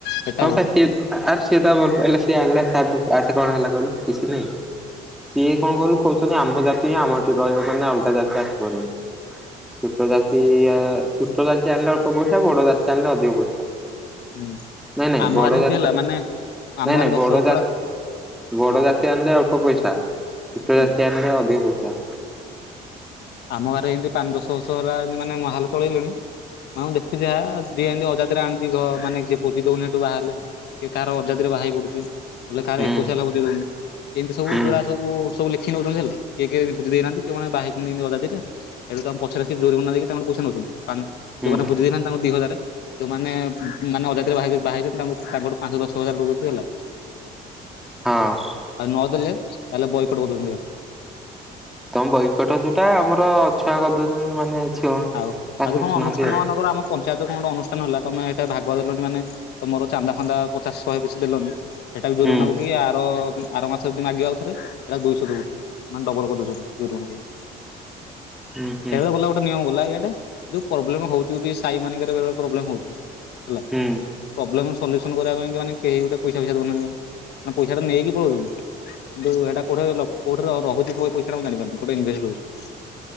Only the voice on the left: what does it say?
ସେଟା
ହଉନି
ହୁଁ।
ଆମ
ଗାଁରେ ଏମିତି
ହେଲା ମାନେ ଆମ
ଗାଁରେ ଦଶ
ବର୍ଷ
ହଁ
ହୁଁ
ଆମ ଗାଁରେ ଏମିତି ପାଞ୍ଚ ଦଶବର୍ଷ ହେଲା ମାନେ ମହାଲ ଚଳେଇଲେଣି। ହଁ ମୁଁ ଦେଖୁଚି ଯାହା ଯିଏ ଏମିତି ଅଜାତିରେ ଆଣୁଛି ଘ ମାନେ ଯିଏ ଭୋଜି ଦଉନି ଏଠୁ ବାହାହେଲେ କିଏ କାହାର ଅଜାତିରେ ବାହା ହେଇ ପଡୁଚି ନହେଲେ କାହାର
ଏକୋଇଶିଆ ହେଲା ଭୋଜି ଦଉନି ଏମିତି ସବୁ
ଯୋଉରା ସବୁ-ସବୁ ଲେଖି ନଉଚନ୍ତି ହେଲା, କିଏ-କିଏ ଭୋଜି ଦେଇନାହାନ୍ତି କେଉଁମାନେ ବାହା <unintelligible> ହେଡୁ ତମ ପଛରେ ଆସି ଜୋରିମାନା ଦେଇକି ତାଙ୍କଠୁ ପଇସା ନଉଚନ୍ତି। ଯୋଉମାନେ
ଭୁଜି ଦେଇନାହାନ୍ତି ତାଙ୍କୁ ଦି ହଜାରେ। ଯୋଉମାନେ ମାନେ ଅଜାତିରେ ବାହା ବାହାହେଇଚନ୍ତି ତାଙ୍କୁ ତାଙ୍କଠୁ ପାଞ୍ଚ ଦଶ ହଜାର ନଉଚନ୍ତି ହେଲା।
ଆଉ ନ ଦେଲେ ତାହଲେ ବୟ କଟ୍ କରିଦଉଚନ୍ତି ଏକାଥେରେ।
ଆଉ-ଆଉ
ଯୋଉ
କଣ ଅନୁଷ୍ଠାନ
ମାନଙ୍କର ଆମ ପଞ୍ଚାୟତରେ କଣ ଗୋଟେ ଅନୁଷ୍ଠାନ ହେଲା ତମେ ହେଟେ ଭାଗ ଦେଲନି ମାନେ ତମର ଚାନ୍ଦା ଫାନ୍ଦା ପଚାଶ ଶହେ କିଛି ଦେଲନି ସେଟା ବି ଜୋରିମନା
ପକେଇ ଆର-ଆର ମାସରେ ଯଦି ମାଗିବେ ଆଉଥରେ ହେଟା ଦୁଇଶ <unintelligible> ମାନେ ଡବଲ କରିଦଉଛନ୍ତି। ଜୋରିମାନା ଦଉ,
ଏବେ ଗଲା ଗୋଟେ ନିୟମ ଗଲା ଇଆଡେ ଯୋଉ ପ୍ରୋବ୍ଲେମ ହଉଚି ସାଇ ମାନଙ୍କରେ ପ୍ରବ୍ଲେମ ହଉଚି ହେଲା
ପ୍ରୋବ୍ଲେମ ସଲ୍ୟୁସନ କରିବା ପାଇଁ କି ମାନେ କେହି ଗୋଟେ ପଇସା ପଇସା ଦଉନାହାନ୍ତି କାଇଁ ମାନ ପଇସାଟା ନେଇକି ପଳଉଚନ କିନ୍ତୁ ହେଟା କୋଉଠେ ଲ କୋଉଠେରେ ରହୁଛି ପଇସାଟା ମୁଁ ଜାଣିପାରୁନି କୋଉଠି ଇନଭେଷ୍ଟ ହଉଚି।